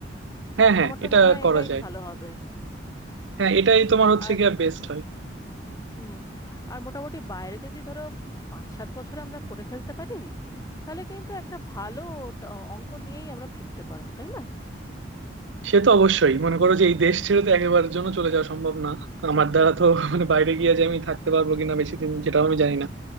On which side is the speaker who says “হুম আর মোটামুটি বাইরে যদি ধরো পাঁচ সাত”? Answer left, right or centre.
Left